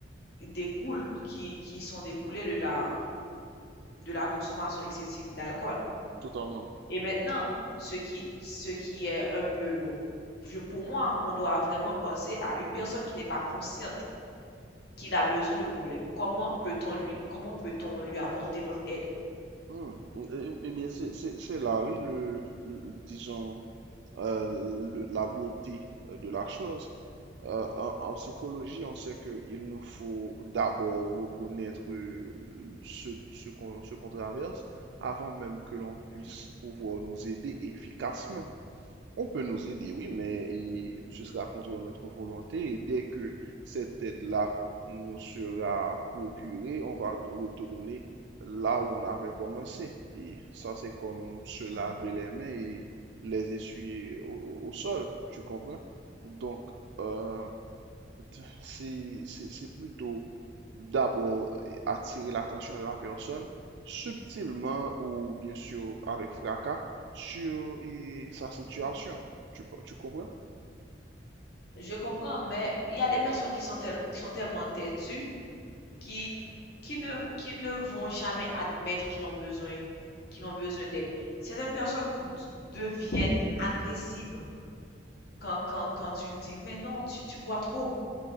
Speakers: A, on the left (about 60°); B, on the right (about 75°).
A: découlent, qui, qui sont découlées de la, de la consommation excessive d'alcool.
B: totalement.
A: Et maintenant, ce qui, ce qui est un peu, bon, je- pour moi, on doit vraiment penser à une personne qui n'est pas consciente qu'il a besoin de problèmes. Comment peut-on lui, comment peut-on lui apporter notre aide?
B: Hmm. Eh eh bien, c'est c'est- c'est là, oui, le, le- disons, euh, le- la beauté euh, de la chose. Euh, en, en psychologie, on sait qu'il nous faut d'abord reconnaître euh, ce, ce qu'on ce qu'on traverse avant même que l'on
A: Mhm,
B: puisse pouvoir nous aider efficacement. On peut nous aider, oui, mais et ce sera contre notre volonté et dès que cette aide-là nous sera procurée, on va t- retourner là où on avait commencé. Et ça, c'est comme se laver
A: mhm,
B: les mains et les essuyer au, au- au sol, tu comprends? Donc, euh, t- c'est c'est- c'est plutôt d'abord euh, attirer l'attention de la personne subtilement ou bien sûr avec fracas sur eh, sa situation.
A: mhm.
B: Tu, tu comprends?
A: Je comprends, mais il y a des personnes qui sont, tel- qui sont tellement têtues qui, qui ne, qui ne vont jamais admettre qu'ils ont besoin, qu'ils ont besoin d'aide. Certaines personnes deviennent agressives quand, quand, quand tu le dis, mais non, tu, tu bois trop.